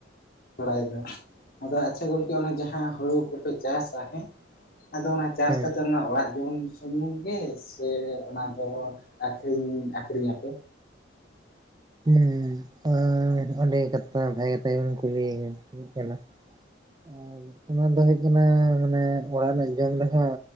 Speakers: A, on the left; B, on the right.
A: ᱵᱟᱲᱟᱭᱟ ᱟᱫᱚ ᱟᱪᱪᱷᱟ ᱜᱚᱝᱠᱮ ᱚᱱᱟ ᱡᱟᱦᱟᱸ ᱦᱩᱲᱩ ᱠᱚᱯᱮ ᱪᱟᱥᱟ ᱦᱮᱸ ᱟᱫᱚ ᱚᱱᱟ ᱪᱟᱥ
B: ᱦᱮᱸ
A: ᱠᱟᱛᱮ ᱚᱲᱟᱜ ᱡᱚᱢ ᱥᱩᱢᱩᱝ ᱜᱮ ᱥᱮ ᱚᱱᱟ ᱫᱚ ᱟᱹᱠᱷᱨᱤᱧ ᱟᱹᱠᱷᱨᱤᱧ ᱟᱯᱮ
B: ᱦᱮᱸ ᱚᱸᱰᱮ ᱠᱟᱛᱷᱟ ᱵᱷᱟᱜᱮ ᱠᱟᱛᱷᱟ <inaudible> ᱠᱩᱞᱤ ᱠᱟᱱᱟ ᱟᱨ ᱚᱱᱟ ᱫᱚ ᱦ ᱦᱩᱭᱩᱜ ᱠᱟᱱᱟ ᱢᱟᱱᱮ ᱚᱲᱟᱜ ᱨᱮᱱᱟᱜ ᱡᱚᱢ ᱨᱮᱦᱚᱸ